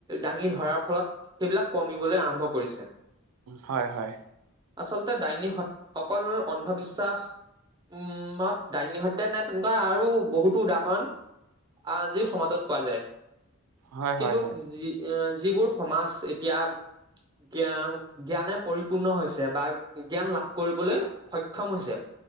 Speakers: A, on the right (about 20°); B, on the right (about 85°).
A: দাঙি ধৰাৰ ফলত। সেইবিলাক কমিবলৈ আৰম্ভ কৰিছে।
B: হয়, হয়।
A: আচলতে, ডাইনী অকল অন্ধবিশ্বাস উমত ডাইনী হতে নে তেনেকুৱা আৰু বহুতো উদাহৰণ। আজি সমাজত পোৱা যায়।
B: হয় হয়
A: কিন্তু
B: হয়
A: যি এ যিবোৰ সমাজ এতিয়া জ্ঞান, জ্ঞানে পৰিপূৰ্ণ হৈছে বা জ্ঞান লাভ কৰিবলৈ সক্ষম হৈছে।